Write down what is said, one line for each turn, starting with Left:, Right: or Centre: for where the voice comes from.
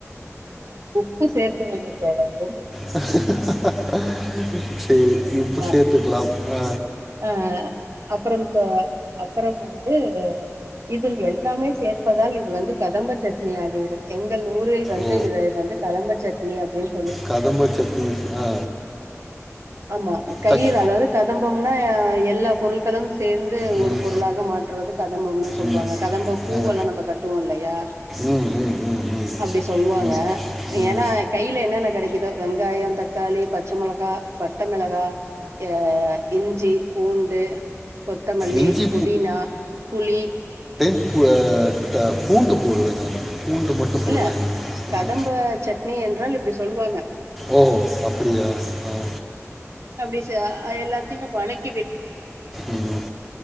Right: உப்பு சேர்க்க வேண்டும் தோழரே
Centre: <unintelligible> சே உப்பு
Right: ஆமா
Centre: சேர்த்துக்கலாம் அ
Right: அ அப்புறம் தோ அப் அப்புறம் வந்து இதில் எல்லாமே சேர்ப்பதால் இது வந்து கதம்ப சட்னி ஆகிவிடும் எங் எங்கள் ஊரில் வந்து
Centre: ஓ
Right: இத வந்து கதம்ப சட் நீ அபின்
Centre: கதம்ப சட்னி ஆ
Right: ஆமா கையில்
Centre: தக்
Right: அதாவது கதம்பம்னா எல்லா பொருள்களும் சேர்ந்து
Centre: ம்,
Right: ஒரு
Centre: ம்,
Right: பொருளாக மாற்றுவது கத கதம்பம்னு சொல்லுவாங்க
Centre: ம்,
Right: கதம்பம் பூவெல்லா
Centre: ஆ,
Right: நம கட்டுவோ இல்லையா
Centre: ம், ம், ம், ம்,
Right: அப்டி சொல்லுவாங்க
Centre: ம், ம்.
Right: ஏன்னா கைல என்னன்ன கெடை இதோ வெங்காயோ தக்காளி பச்ச மொளக பட்டமெளகா அ இஞ்சி பூண்டு கொத்தமல்லி
Centre: இஞ்சி
Right: புதினா புளி
Centre: வ த பூண்டு போடுவே நானு பூண்டு மட்டும்
Right: இல்ல
Centre: போடுவேன் நான்
Right: கதம்ப
Centre: ம்.
Right: சட்னி என்றால் இப்டி சொல்லுவாங்க
Centre: ஓ அப்படியா அ
Right: அப்டி ச எல்லாத்தையு வணக்கி
Centre: ம்